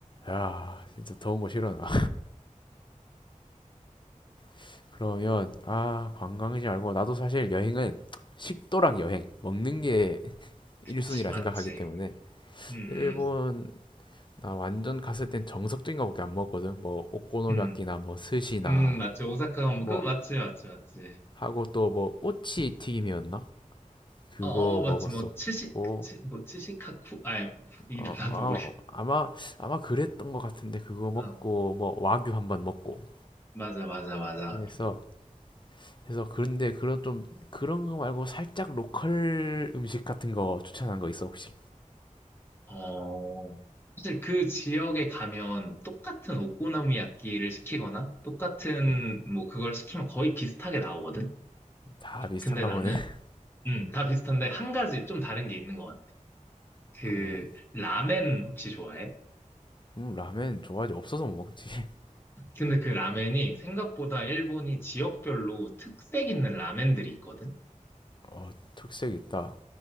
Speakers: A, on the left; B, on the left.
A: 야 진짜 더운 거 싫어 나 <laughs> 그러면 아 관광지 말고 나도 사실 여행은 식도락 여행 먹는 게 <laughs>
B: 그치,
A: 1순위라
B: 맞지.
A: 생각하기 때문에
B: 음,
A: 일본
B: 음,
A: 나 완전 갔을 땐 정석적인 거밖에 안 먹었거든 뭐 오코노미야끼나
B: 음,
A: 뭐 스시나
B: 음, 맞지. 오사카가 뭐,
A: 뭐
B: 그, 맞지, 맞지, 맞지.
A: 하고 또 뭐 꼬치 튀김이었나? 그거
B: 어, 어, 맞지.
A: 먹었었고
B: 뭐, 츠시, 츠, 뭐, 츠시카쿠? 아, 이름
A: 어,
B: 나도
A: 아,
B: 모르겠
A: 아마 아마 그랬던 것 같은데 그거 먹고
B: 어,
A: 뭐 와규 한번 먹고
B: 맞아, 맞아, 맞아.
A: 해서 해서 그런데 그런 좀 그런 거 말고 살짝 로컬 음식 같은 거 추천한 거 있어 혹시?
B: 어, 사실 그 지역에 가면 똑같은 오코노미야끼를 시키거나 똑같은
A: 음,
B: 뭐 그걸 시키면 거의 비슷하게 나오거든?
A: 다 비슷한가
B: 근데 나는,
A: 보네. <laughs>
B: 음,
A: 음,
B: 다 비슷한데 한 가지 좀 다른 게 있는 것 같아. 그,
A: 어,
B: 라멘 혹시 좋아해?
A: 음, 라면 좋아하지 없어서 못 먹지. <laughs>
B: 근데 그 라멘이 생각보다 일본이 지역별로 특색 있는 라멘들이 있거든?
A: 어, 특색 있다.